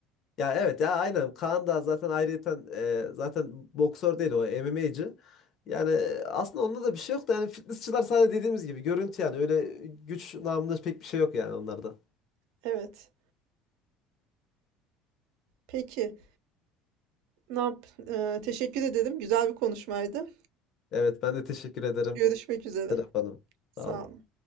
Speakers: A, on the left (about 40°); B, on the right (about 70°).
A: Ya evet ya aynen Kaan da zaten ayrıyeten e, zaten boksör değil o MMA'cı. Yani e, aslında onda da bir şey yok da yani fitnessçılar sadece dediğimiz gibi görüntü yani öyle güç namında pek bir şey yok yani onlarda.
B: Evet. Peki. Ne yap? eee, teşekkür ederim. Güzel bir konuşmaydı.
A: Evet ben de teşekkür ederim
B: Görüşmek üzere.
A: Serap Hanım.
B: Sağ
A: Sağ olun.
B: olun.